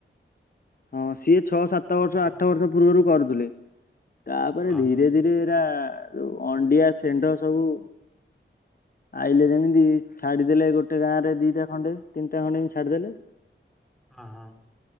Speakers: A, on the left; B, in the centre.
A: ହଁ ସିଏ ଛଅ ସାତ ବର୍ଷ ଆଠ ବର୍ଷ ପୂର୍ବରୁ କରୁଥିଲେ। ତାପରେ
B: ହଁ
A: ଧୀରେ
B: ହଁ
A: ଧୀରେ ଏରା ଆଉ ଅଣ୍ଡିଆ ସେଣ୍ଢ ସବୁ ଆଇଲେ ଯେମିତି ଛାଡିଦେଲେ ଗୋଟେ ଗାଁ ରେ ଦିଟା ଖଣ୍ଡେ ତିନିଟା ଖଣ୍ଡେ ଏମିତି ଛାଡିଦେଲେ।
B: ଓ ହଁ।